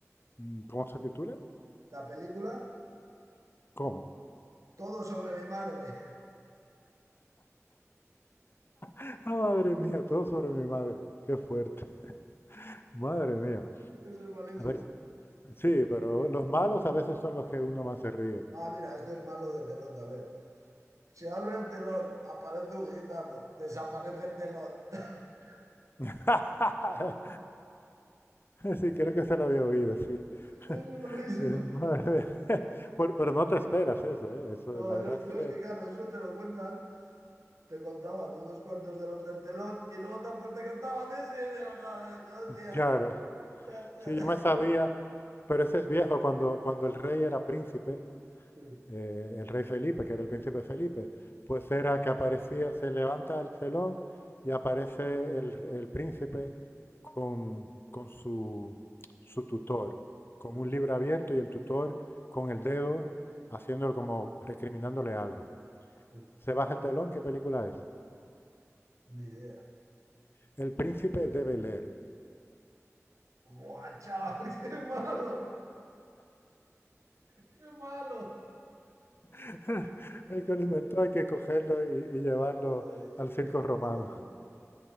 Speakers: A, on the left; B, on the right.
A: mm, ¿cómo se titula?
B: La película
A: ¿Cómo? <laughs>
B: Todo sobre mi madre.
A: Ah, madre mía, todo sobre mi madre. Qué fuerte. <laughs> Madre mía.
B: <laughs> Eso es malísimo.
A: A ver, sí, pero los malos a veces son los que uno más se ríe.
B: Ah, mira, este es malo de telón también. Se abre el telón, aparece un gitano, desaparece el telón. <laughs>
A: <laughs> Sí, creo que se lo había oído, sí. <laughs>
B: Es malísimo.
A: Eh, madre mía. <laughs> Por- pero no te esperas eso, ¿eh? Eso,
B: No,
A: la verdad
B: yo, yo
A: es que,
B: es que claro, eso te lo cuentan, te contaban unos cuantos de los del telón y luego también te contaban ese y decías, joder, hostia.
A: claro,
B: Ya, ya.
A: sí, yo me sabía, pero ese es viejo, cuando, cuando el rey era príncipe,
B: Mm,
A: eh, el rey Felipe, que era el príncipe Felipe, pues era
B: mm,
A: que aparecía, se levanta el telón y aparece el, r- el príncipe con, con su, su tutor, con
B: mm,
A: un libro abierto y el tutor con el dedo haciéndolo como recriminándole algo.
B: mm.
A: Se baja el telón, ¿qué película es?
B: Ni idea.
A: El príncipe de Bel-Air.
B: ¡Buah, chaval! <laughs> ¡Qué malo! ¡Qué malo!
A: <laughs> El que lo inventó hay que cogerlo y, y llevarlo
B: Joder,
A: al circo
B: dices
A: romano.
B: malo.